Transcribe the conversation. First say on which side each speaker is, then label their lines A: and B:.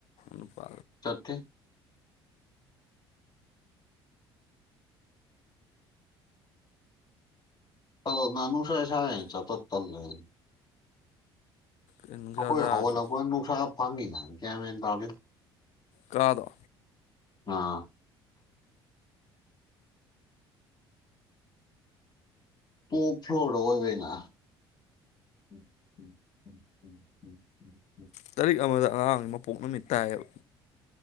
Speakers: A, on the left (about 60°); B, on the left (about 30°).
A: ꯅꯨꯄꯥ
B: ꯆꯠꯇꯦ ꯑꯣ ꯉꯥꯅꯨ ꯁꯥꯢ ꯁꯥꯢ ꯆꯠꯄ ꯇꯜꯂꯦꯌꯦ
A: ꯅꯨꯡꯁꯥ
B: ꯑꯩꯈꯣꯏ
A: ꯁꯥꯔꯁꯨ
B: ꯍꯧꯒꯠꯂꯛꯄꯒ ꯅꯨꯡꯁꯥ ꯐꯥꯉꯤ ꯒ꯭ꯌꯥꯟ ꯃꯦꯟ ꯇꯥꯗꯦꯗ
A: ꯀꯥꯅꯗ
B: ꯑꯥ ꯇꯣꯞ ꯐ꯭ꯂꯣꯔꯗ ꯑꯣꯏꯕꯩꯅ <unintelligible>
A: ꯇꯔꯤꯛ ꯑꯃꯗ ꯑꯉꯥꯡ ꯃꯄꯣꯛ ꯅꯨꯃꯤꯠ ꯇꯥꯏꯌꯦꯕ